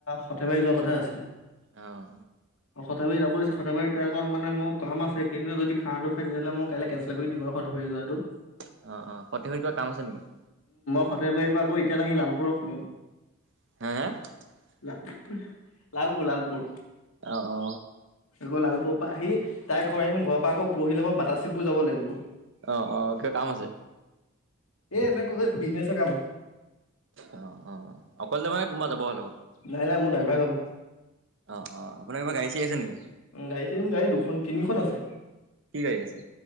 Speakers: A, on the left; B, on the right.
A: সৰ্থেবাৰী যোৱা কথা আছিলে
B: আহ,
A: অ সৰ্থেবাৰী যাব দিছে সৰ্থেবাৰী ট্ৰাই কৰ মানে মোৰ কাম আছে কিন্তু যদি খানাতো খাই তেতিয়াহ'লে মই কাইলে কেনচেল কৰি দিম আৰু সৰ্থেবাৰী যোৱাটো।
B: অ', অ', সৰ্থেবাৰী কিবা কাম আছে নেকি?
A: সৰ্থেবাৰী পৰা আকৌ ৰিটাৰ্ণ আহি লালপুৰত সোমাম।
B: <unintelligible>
A: লাল-লালপুৰ-লালপুৰ।
B: অ অ
A: আকৌ লালপুৰ পৰা আহি তাই ঘৰ আহিম ঘৰৰ পৰা আকৌ পঢ়িলে মই বাতাচীপুৰ যাব লাগিব।
B: অ', অ', কিবা কাম আছে?
A: এ, এনেকুকে বিজনেছ কাম।
B: অ', অ', অ', অকলে যাবানে কোনবা যাব আৰু লগত?
A: নাই নাই মোৰ ড্ৰাইভাৰ যাব
B: অ', অ', আপোনাৰ কিবা গাড়ী চাৰি আছে নেকি?
A: উম, গাড়ী চাৰি গাড়ী দুখন, তিনিখন আছে
B: কি গাড়ী আছে